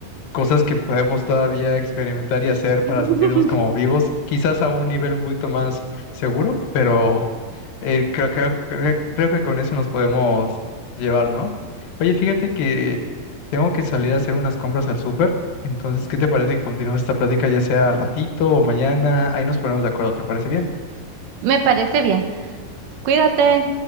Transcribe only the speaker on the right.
<laughs>
Me parece bien. Cuídate.